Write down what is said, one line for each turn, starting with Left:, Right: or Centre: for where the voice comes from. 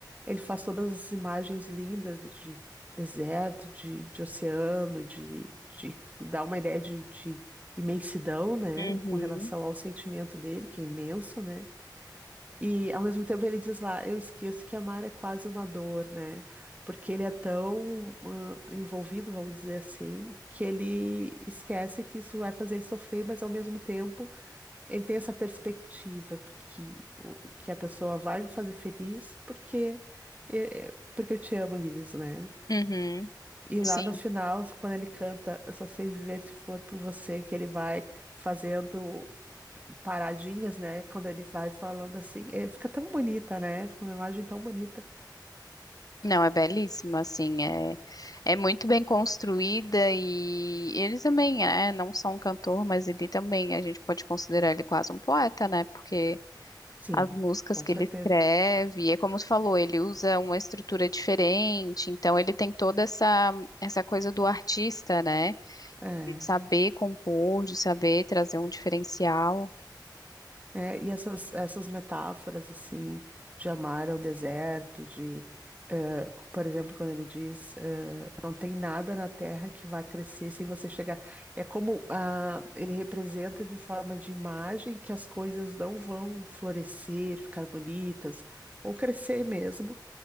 Right: ele faz todas as imagens lindas de deserto, de, de oceano, de, de dá uma ideia de, de imensidão, né?
Left: Uhum.
Right: Com relação ao sentimento dele, que é imenso, né? E ao mesmo tempo ele diz lá, eu esqueço que amar é quase uma dor, né? Porque ele é tão hum, envolvido, vamos dizer assim, que ele esquece que isso vai fazer ele sofrer, mas ao mesmo tempo ele tem essa perspectiva porque o- que a pessoa vai me fazer feliz porque é, é, porque eu te amo, ele diz, né?
Left: Uhum.
Right: E lá
Left: Sim.
Right: no final, quando ele canta, eu só sei viver se for por você, que ele vai fazendo paradinhas, né? Quando ele vai falando assim, é, fica tão bonita, né? Fica uma imagem tão bonita.
Left: Não, é belíssimo, assim, é, é muito bem construída e ele também é, não só um cantor, mas ele também, a gente pode considerar ele quase um poeta, né? Porque
Right: Sim,
Left: as músicas
Right: com
Left: que
Right: certeza.
Left: ele escreve. É como tu falou, ele usa uma estrutura diferente, então ele tem toda essa essa coisa do artista, né?
Right: É.
Left: De saber compor, de saber trazer um diferencial.
Right: É, e essas, essas metáforas, assim, de amar ao deserto, de, eh, por exemplo, quando ele diz, eh, não tem nada na terra que vá crescer sem você chegar. É como ah, ele representa de forma de imagem que as coisas não vão florescer, ficar bonitas, ou crescer mesmo,